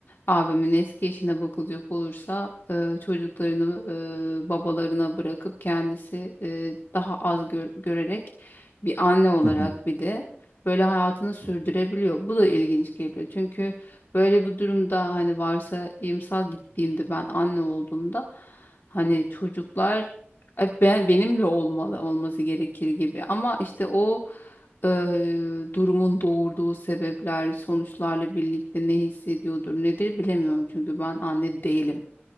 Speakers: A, on the left (about 60°); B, on the right (about 80°).
A: Abimin eski eşine bakılacak olursa e, çocuklarını e, babalarına bırakıp kendisi e, daha az gör- görerek bir anne olarak
B: Hı hı.
A: bir de böyle hayatını sürdürebiliyor.
B: Hı hı.
A: Bu da ilginç geliyor. Çünkü böyle bir durumda hani varsa imsal gittiğimde ben anne olduğumda hani çocuklar hep ben benimle olmalı olması gerekir gibi. Ama işte o eee, durumun doğurduğu sebepler, sonuçlarla birlikte ne hissediyordur, nedir bilemiyorum çünkü ben anne değilim.